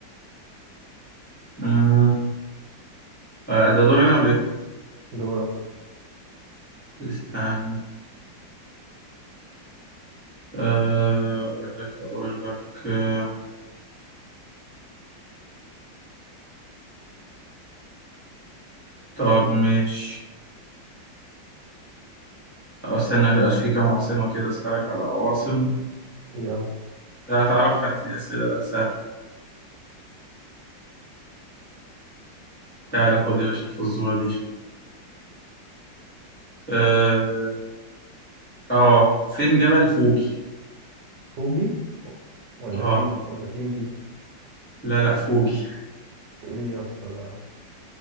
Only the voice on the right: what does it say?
دورك
يلا
فوجي ولا
في ولا فيجي
ايه يا اسطى ده